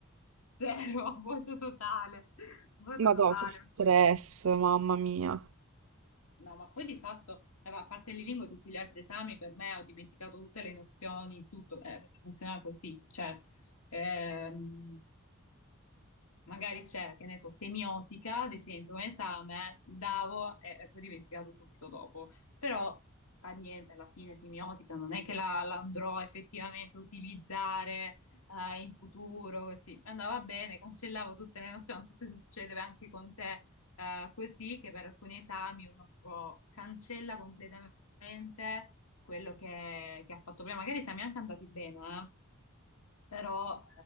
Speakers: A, on the left; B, on the right.
A: zero, <laughs> vuoto totale, vuoto
B: Madò,
A: totale.
B: che stress, mamma mia.
A: No, ma poi di fatto, eh, a parte le lingue, tutti gli altri esami per me ho dimenticato tutte le nozioni, tutto, eh, perché funzionava così. Cioè, ehm, magari c'era, che ne so, semiotica, ad esempio, un esame, davo e, e poi dimenticato subito dopo. Però fa niente, alla fine semiotica non è che la, la andrò effettivamente a utilizzare eh, in futuro, così. Andava bene, cancellavo tutte le nozioni, non so se succede anche con te eh, così, che per alcuni esami uno proprio cancella completamente quello che, che ha fatto prima. Magari siamo anche andati bene, eh però